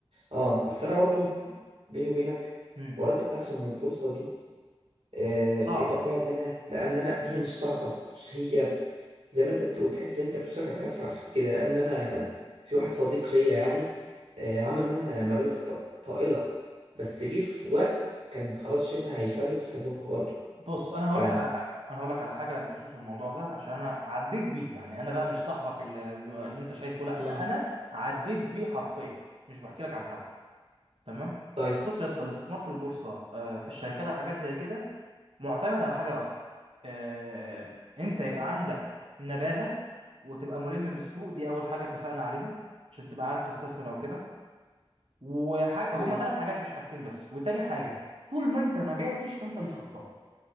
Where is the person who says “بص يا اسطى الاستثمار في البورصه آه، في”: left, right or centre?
Right